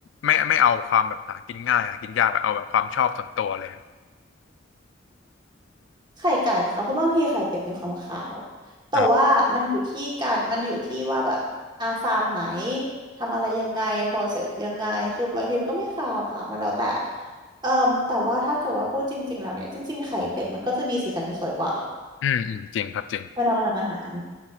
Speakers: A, on the left; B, on the right.
A: ไม่ไม่เอาความแบบหากินง่ายหากินยากอะเอาแบบความชอบส่วนตัวเลย
B: ไข่ไก่ค่ะเพราะบางทีไข่เป็ดมีความขาวแต่ว่ามันอยู่ที่การมันอยู่ที่ว่าแบบอาฟาร์มไหน
A: อ่ะ
B: ทำอะไรยังไง process ยังไงคือบางทีมันก็ไม่ขาวค่ะมันแล้วแต่เอ่อแต่ว่าถ้าเกิดว่าพูดจริงๆแล้วเนี่ยจริงๆไข่เป็ดมันก็จะมีสีสันที่สวยกว่า
A: อืมอืมจริงครับจริง
B: เวลามาทำอาหาร